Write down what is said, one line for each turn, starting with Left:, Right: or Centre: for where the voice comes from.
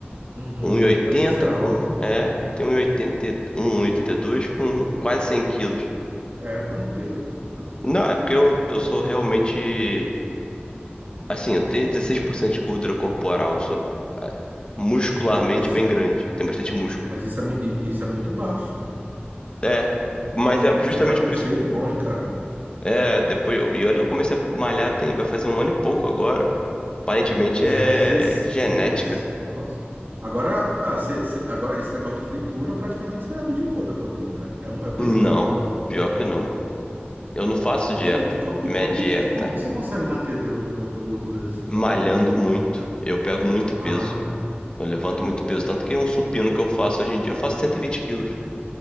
Right: Uhum.
Left: um e oitenta
Right: É porque você é alto.
Left: com... É, eu tenho um um um, um 1,80, dois com quase 100 quilos.
Right: É, tá no peso. Tá no peso.
Left: Não, é porque eu, eu sou realmente. Assim, eu tenho dezesseis
Right: Hum,
Left: por cento de gordura corporal. Eu sou ah, muscularmente
Right: Mas isso
Left: bem
Right: é,
Left: grande. Eu tenho bastante músculo.
Right: mas isso é, mui- i- isso é muito baixo.
Left: É, mas é justamente
Right: Você tá com
Left: por
Right: shape
Left: isso.
Right: bom, hein, cara?
Left: É, depois eu. E olha que eu comecei a malhar tem, vai fazer um ano e pouco agora. Aparentemente
Right: Pois
Left: é
Right: é, 16,
Left: genética.
Right: Nossa. Agora, ah, cê- cê- agora esse negócio de fritura praticamente você abdicou da tua vida, né? É uma vez
Left: Não,
Right: aqui, outra lá.
Left: pior que não. Eu não faço
Right: Nossa,
Left: dieta.
Right: e, e, co- e,
Left: Minha
Right: co-
Left: dieta,
Right: e- e como que você consegue manter teu, tua, tua gordura nesse ponto
Left: malhando
Right: aí?
Left: muito. Eu pego muito
Right: Ah,
Left: peso. Eu levanto muito peso. Tanto que um supino que eu faço hoje em dia, eu faço 120 quilos.